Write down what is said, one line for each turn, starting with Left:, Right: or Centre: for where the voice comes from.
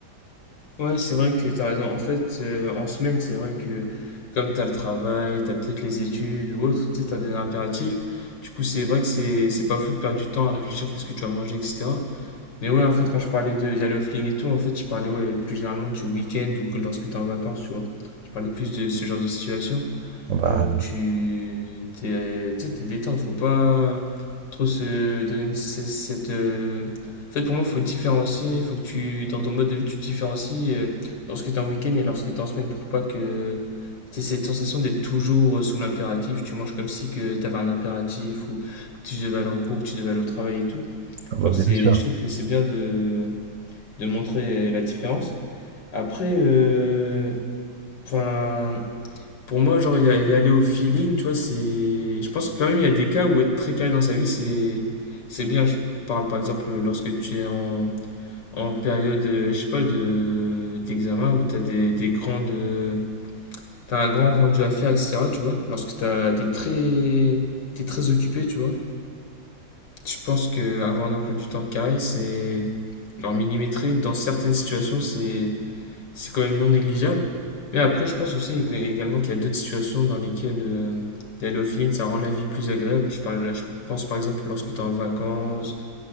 Left: Ouais, c'est vrai que t'as raison. En fait, euh, en semaine, c'est vrai que comme t'as le travail, t'as peut-être les études ou autre, tu sais, t'as des impératifs. Du coup, c'est vrai que c'est c'est pas fou de perdre du temps à réfléchir qu'est-ce que tu vas manger, etc. Mais ouais, en fait, quand je parlais de d'aller au fling et tout, en fait, je parlais ouais, plus généralement du week-end ou que lorsque t'es en vacances, tu vois. Je parlais plus de ce genre de situation.
Right: Ah Bah,
Left: Genre où tu t'es euh, tu sais, t'es détente, faut pas trop se donner une- c- cette. euh, En fait, pour moi, faut différencier, faut que tu, dans ton mode de vie, tu différencies euh, lorsque t'es en week-end et lorsque t'es en semaine pour pas que t'aies cette sensation d'être toujours euh, sous l'impératif. Tu manges comme si que t'avais un impératif ou que tu devais aller en cours, que tu devais aller au travail et tout.
Right: ah bah,
Left: Genre, c'est,
Right: bien sûr.
Left: je trouve que c'est bien de, de montrer euh, la différence. Après, euh, enfin pour moi, genre, il y, a- y aller au feeling, tu vois, c'est. Je pense que quand même, il y a des cas où être très carré dans sa vie, c'est c'est bien. Je parle par exemple lorsque tu es en, en période, euh, je sais pas, de d'examen où tu as des, des grandes. euh, T'as un grand rendu à faire, etc. Tu vois, lorsque t'as, t'es très, t'es très occupé, tu vois. Je pense que avoir un emploi du temps carré, c'est genre millimétré. Dans certaines situations, c'est c'est quand même non négligeable. Mais après, je pense aussi également qu'il y a d'autres situations dans lesquelles euh, d'aller au feeling, ça rend la vie plus agréable. Je, parle, je pense par exemple lorsque tu es en vacances